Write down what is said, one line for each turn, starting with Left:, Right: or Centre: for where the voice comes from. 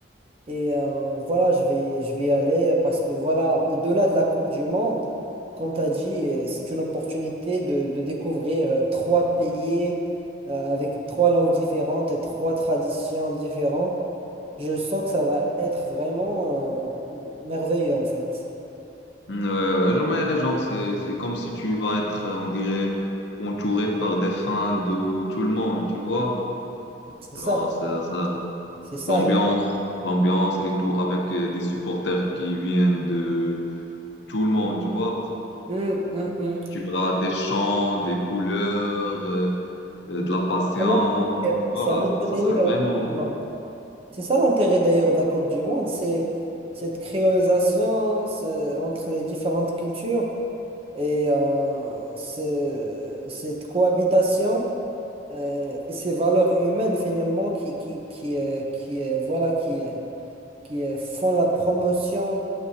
Right: Et euh, voilà, je vais, je vais y aller parce que voilà, au-delà de la Coupe du Monde, comme tu as dit, euh, c'est une opportunité de, de découvrir euh, trois pays euh, avec trois langues différentes et trois traditions différentes. Je sens que ça va être vraiment euh, merveilleux en fait.
Left: Mm, Ouais, ouais, jamais, genre, c'est, c'est comme si tu vas être, euh, on dirait, entouré par des fans de tout le monde, tu vois?
Right: C'est
Left: Genre,
Right: ça,
Left: ça, ça-
Right: c'est ça.
Left: l'ambiance, l'ambiance et tout, avec euh, des supporters qui viennent de tout le monde, tu vois?
Right: Hum, hum, hum.
Left: Tu verras des champs, des couleurs, euh, euh, de la patience.
Right: C'est un autre
Left: tu vois
Right: c'est un autre
Left: ça
Right: délire,
Left: serait
Right: la
Left: vraiment.
Right: Coupe du Monde. C'est ça l'intérêt d'ailleurs de la Coupe du Monde, c'est cette créolisation ce- entre les différentes cultures. et euh, ce- cette cohabitation euh, et ces valeurs humaines finalement qui, qui, qui, euh, qui, euh, voilà, qui, euh, qui euh, font la promotion